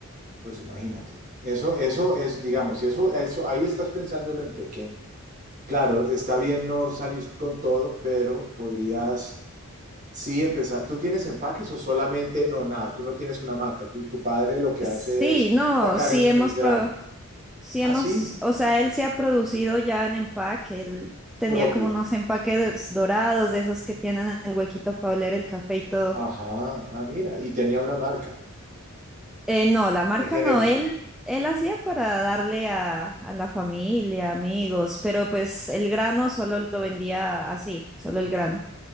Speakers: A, on the right; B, in the centre.
A: pues imagínate. Eso, eso es, digamos, y eso, eso, ahí estás pensándolo en pequeño. Claro, está bien no salir con todo, pero podrías Sí, empezar. ¿Tú tienes empaques o solamente? No, nada, tú no tienes una marca. Tú- tu padre lo que
B: Sí,
A: hace es
B: no,
A: sacar
B: sí
A: el,
B: hemos,
A: el grano.
B: pro- sí
A: Ah,
B: hemos,
A: sí,
B: o sea, él se ha producido ya en empaque, él tenía
A: propio.
B: como unos empaques dorados de esos que tienen el huequito para oler el café y todo.
A: Ajá, ah, mira. Y tenía una marca
B: Eh, no, la marca
A: en genérico.
B: no, él, él hacía para darle a, a la familia, amigos, pero pues el grano solo lo vendía así, solo el grano,